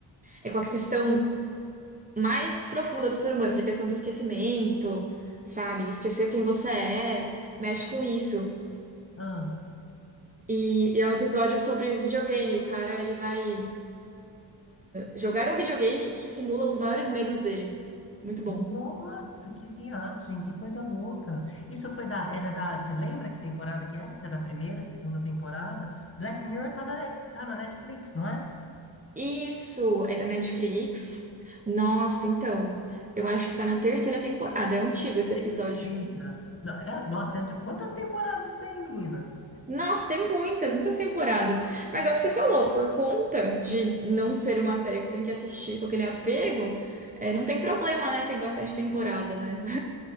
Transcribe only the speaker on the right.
É com a questão mais profunda do ser humano, que é a questão do esquecimento, sabe? Esquecer quem você é, mexe com isso.
E, e é um episódio sobre videogame. O cara, ele vai jogar um videogame que simula os maiores medos dele. Muito bom.
Isso é da Netflix. Nossa, então, eu acho que tá na terceira temporada. É antigo esse episódio.
Nossa, tem muitas, muitas temporadas. Mas é o que você falou, por conta de não ser uma série que você tem que assistir com aquele apego, é, não tem problema, né? Tem bastante temporada, né?